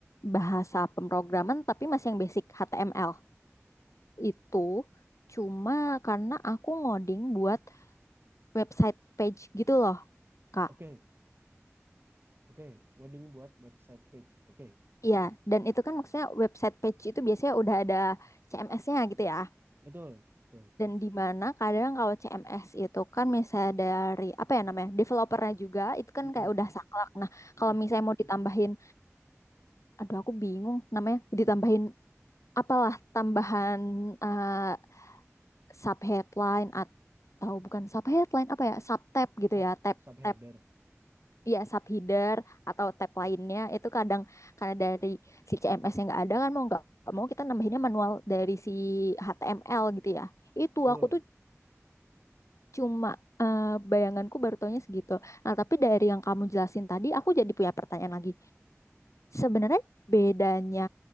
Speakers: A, on the left; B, on the right.
A: bahasa pemrograman tapi masih yang basic HTML itu cuma karena aku ngoding buat website page gitu loh Kak.
B: Oke, oke. Wording buat website page. Oke,
A: Iya, dan itu kan maksudnya website page itu biasanya udah ada CMS-nya gitu ya.
B: betul, betul.
A: Dan di mana kadang kalau CMS itu kan misalnya dari apa ya namanya developernya juga itu kan
B: Mm-mm,
A: kayak udah saklek. Nah
B: mm-mm.
A: kalau misalnya mau ditambahin, aduh aku bingung namanya ditambahin apalah tambahan eh, sub headline atau bukan sub headline apa ya sub tab gitu
B: Sub,
A: ya tab
B: subheader,
A: tab ya sub header atau tab lainnya itu kadang karena dari si CMS yang nggak ada kan mau nggak nggak mau kita nambahinnya manual dari si HTML gitu ya itu
B: betul.
A: aku tuh cuma eh, bayanganku baru taunya segitu. Nah, tapi dari yang kamu jelasin tadi, aku jadi punya pertanyaan lagi. Sebenarnya bedanya